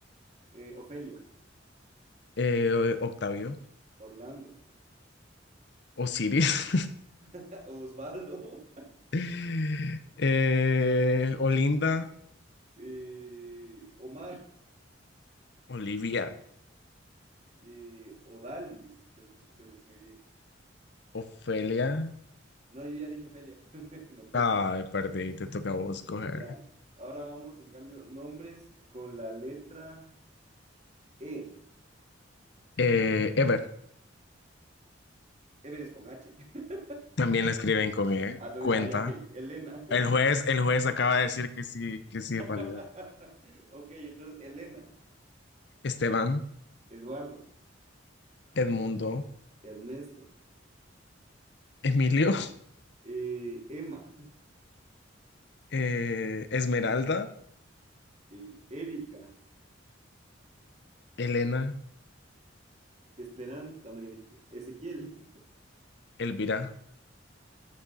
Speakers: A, on the right (about 35°); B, on the left (about 60°).
A: eh, Ofelia,
B: eh, Octavio,
A: Orlando,
B: Osiris,
A: <laughs> Osvaldo,
B: <laughs> eh, Olinda,
A: <laughs> eh, Omar,
B: Olivia,
A: eh, Odalis, creo que escuché recién hoy día.
B: Ofelia.
A: No, yo ya dije Ofelia, <laughs> me toca.
B: Ay, perdí, te toca a vos coger.
A: Ya. Ahora vamos, en cambio, nombres con la letra E.
B: Eh, Ever,
A: Everest con H. <laughs>
B: también la escriben con E,
A: Ah, todavía-
B: cuenta.
A: ah, ya, ok. Elena.
B: El juez, el juez acaba de decir que sí, que sí
A: <laughs>
B: es válido.
A: Ok, entonces, Elena,
B: Esteban,
A: Eduardo,
B: Edmundo,
A: Ernesto,
B: Emilio,
A: eh, Emma,
B: <laughs> eh, Esmeralda,
A: eh, Erika,
B: Elena,
A: Esperanza, me dijiste, Ezequiel,
B: Elvira,